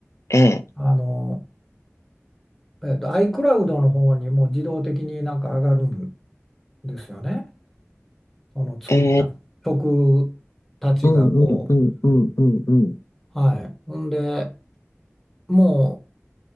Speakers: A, on the left; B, in the centre.
A: ええ、
B: あの、えっと、iCloud の方にもう自動的になんか上がるんですよね。その作った曲たちがこう、
A: ええ、うん、うん、うん、うん、うん、うん。
B: はい。ほんで、も